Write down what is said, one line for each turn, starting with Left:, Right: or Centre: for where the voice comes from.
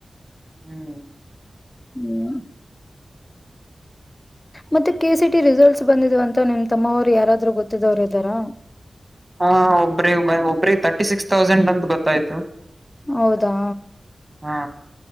Right: ಹ್ಮ್
Left: ಹ್ಮ್ ಮತ್ತೆ ಕೆಸಿಟಿ ರಿಸಲ್ಟ್ಸ್ ಬಂದಿದವ ಅಂತ ನಿಮ್ಮ ತಮ್ಮವರು ಯಾರಾದ್ರೂ ಗೊತ್ತಿದವ್ರು ಇದ್ದಾರಾ
Right: ಹಾ ಒಬ್ಬ್ರಿ ಒಬ್ ಒಬ್ಬ್ರಿ ತರ್ಟಿ ಸಿಕ್ಸ್ ತೌಸಂಡ್ ಅಂತ ಗೊತ್ತಾಯ್ತು
Left: ಹೌದಾ
Right: ಹಾ